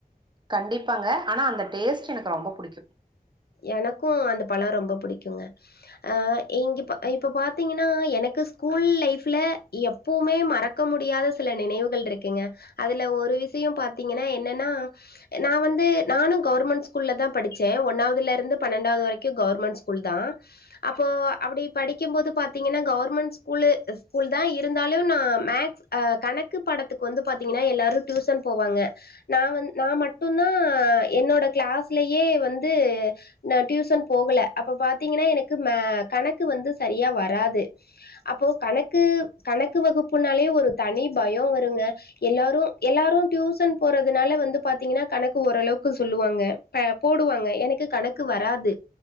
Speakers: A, on the right (about 30°); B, on the left (about 80°).
A: கண்டிப்பாங்க ஆனா அந்த டேஸ்ட் எனக்கு ரொம்ப புடிக்கு
B: எனக்கு அந்த பழோ ரொம்ப புடிக்குங்க அ இங்க இப் இப்ப பாத்தீங்கன்னா எனக்கு ஸ்கூல் லைஃப்ல எப் எப்பவுமே மறக்க முடியாத சில நினைவுகள் ருக்குங்க அதுல ஒரு விஷய பாத்தீங்கன்னா என்னனா நா வந்து நானு கவர்மெண்ட் ஸ்கூல்ல தா படிச்ச ஒன்னாவ துல இருந்து பன்னெண்டாவது வரைக்கு கவர்மெண்ட் ஸ்கூல் தா அப்போ அப்படி படிக்கும்போது பாத்தீங்கன்னா கவர்மெண்ட் ஸ்கூலு ஸ்கூல் தா இருந்தாலு நா மேக்ஸ் அ கணக்கு பாடத்துக்கு வந்து பாத்தீங்கனா எல்லாரு டுசன் போவாங்க நா வந் நா மட்டுதா என்னோட கிளாஸ்லயே வந்து நா டியூசன் போகல அப்ப பாத்தீங்கன்னா எனக்கு மே கணக்கு வந்து சரியா வராது அப்போ கணக்கு கணக்கு வகுப்புனாலே ஒரு தனி பயோ வருங்க எல்லாரு எல்லாரு டியூசன் போறதுனால வந்து பாத்தீங்கன்னா கணக்கு ஓரளவுக்கு சொல்லுவாங்க ப போடுவாங்க எனக்கு கணக்கு வராது